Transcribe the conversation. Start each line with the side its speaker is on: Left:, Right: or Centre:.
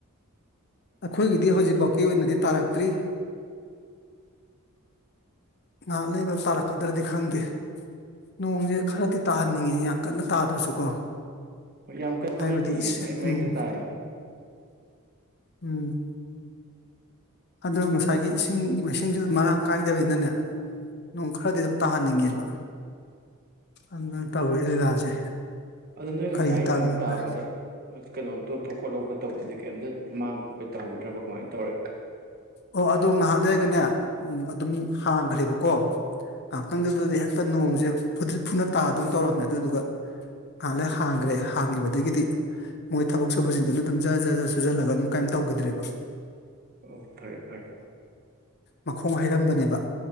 Left: ꯑꯩꯈꯣꯏꯒꯤꯗꯤ ꯍꯧꯖꯤꯛꯐꯥꯎꯀꯤ ꯑꯣꯏꯅꯗꯤ ꯇꯥꯔꯛꯇ꯭ꯔꯤ ꯉꯥꯏꯍꯥꯛ ꯂꯩꯔꯒ ꯇꯥꯔꯛꯀꯗ꯭ꯔꯗꯤ ꯈꯪꯗꯦ ꯅꯣꯡꯁꯦ ꯈꯔꯗꯤ ꯇꯥꯍꯟꯅꯤꯡꯉꯦ ꯀꯟꯅ ꯇꯥꯗ꯭ꯔꯁꯨꯀꯣ
Right: ꯌꯥꯝ ꯀꯟꯟꯅ
Left: ꯍꯥꯏꯕꯗꯤ
Right: ꯊꯤ ꯃꯩ ꯃꯩꯛꯇ
Left: ꯎꯝ
Right: ꯇꯥꯅꯤ
Left: ꯎꯝ ꯑꯗꯣ ꯉꯁꯥꯏꯒꯤ ꯏꯁꯤꯡ ꯃꯥꯏꯁꯤꯡꯁꯨ ꯃꯔꯥꯡ ꯀꯥꯏꯗꯅꯤꯅꯅꯦ ꯅꯣꯡ ꯈꯔꯗꯤ ꯑꯗꯨꯝ ꯇꯥꯍꯟꯅꯤꯡꯉꯦꯕ ꯑꯗꯨꯅ ꯇꯧꯔꯤ ꯂꯤꯂꯥꯁꯦ
Right: ꯑꯗꯨ ꯅꯣꯏ ꯉꯁꯥꯏ
Left: ꯀꯔꯤ ꯇꯥꯝꯃꯤꯕ
Right: ꯅꯣꯡ ꯇꯥꯕꯗ ꯀꯩꯅꯣ ꯇꯣꯠꯄ ꯈꯣꯠꯍꯧꯕ ꯇꯧꯕꯗꯤ ꯀꯩꯝꯇ ꯃꯥꯡꯕ ꯈꯣꯠꯄꯩ ꯇꯧꯍꯧꯗ꯭ꯔꯕ ꯀꯃꯥꯏꯅ ꯇꯧꯔꯦ
Left: ꯑꯣ ꯑꯗꯣ ꯉꯥꯏꯍꯥꯛ ꯂꯩꯔꯒꯅꯦ ꯑꯗꯨꯝ ꯍꯥꯡꯈ꯭ꯔꯦꯕꯀꯣ ꯉꯥꯏꯍꯥꯛꯇꯪꯗꯨꯗꯗꯤ ꯍꯦꯛꯇ ꯅꯣꯡꯁꯦ ꯐꯨꯗ꯭ꯔꯤꯠ ꯐꯨꯅ ꯇꯥꯗꯅ ꯇꯧꯔꯝꯃꯦ ꯑꯗꯨꯗꯨꯒ ꯑꯍꯥꯟꯂꯦ ꯍꯥꯡꯈ꯭ꯔꯦ ꯍꯥꯡꯈꯤꯕꯗꯒꯤꯗꯤ ꯃꯣꯏ ꯊꯕꯛ ꯁꯨꯕꯁꯤꯡꯗꯨꯅ ꯑꯗꯨꯝ ꯖ ꯖ ꯖ ꯁꯨꯖꯜꯂꯒ ꯑꯗꯨꯝ ꯀꯩꯝ ꯇꯧꯈꯤꯗ꯭ꯔꯦꯕ
Right: ꯑꯣ ꯐꯔꯦꯦ
Left: ꯃꯈꯣꯡ ꯍꯩꯔꯝꯕꯅꯦꯕ